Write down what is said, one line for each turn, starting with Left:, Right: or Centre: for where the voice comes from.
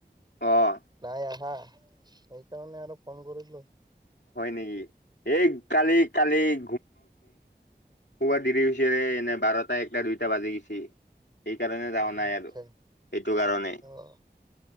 Left: অ'।
Right: নাই আহা, এইকাৰণে আৰু ফোন কৰিছিলো।
Left: হয় নেকি, এই কালি, কালি <inaudible> শোৱা দেৰি হৈছে ৰে, এনে বাৰটা, একটা, দুইটা বাজি গৈছে। সেইকাৰণে যাৱা
Right: উম
Left: নাই আৰু
Right: খে
Left: এইটো কাৰণে।
Right: অ